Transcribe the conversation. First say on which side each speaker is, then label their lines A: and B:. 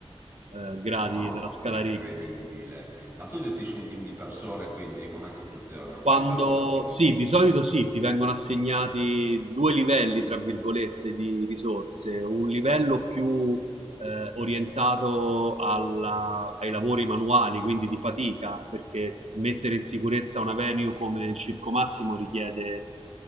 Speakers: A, on the right (about 80°); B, on the right (about 20°).
A: de- eh, gradi
B: No,
A: della scala
B: è incredibile.
A: Richter.
B: Ma tu gestisci un team di persone, quindi com'è che funziona un
A: Quando
B: po' a livello pratico?
A: sì, di solito sì, ti vengono assegnati due livelli, tra virgolette, di risorse, un livello più eh, orientato alla, ai lavori manuali, quindi di fatica, perché mettere in sicurezza una venue come il Circo Massimo richiede